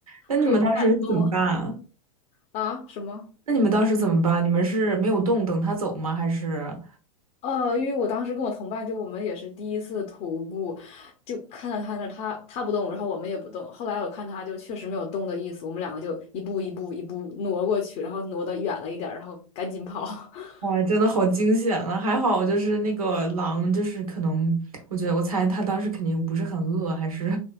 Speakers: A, on the right; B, on the left.
A: 那你们当时是怎么办啊
B: 都不敢动啊！什么？
A: 那你们当时怎么办？你们是没有动，等他走吗？还是？
B: 呃，因为我当时跟我同伴，就我们也是第一次徒步，就看到他那儿，他他不动，然后我们也不动。后来我看他就确实没有动的意思，我们两个就一步一步一步挪过去，然后挪的远了一点儿，然后赶紧跑。<laughs>
A: 哇，真的好惊险啊！还好就是那个狼，就是可能，我觉得我猜他当时肯定不是很饿，还是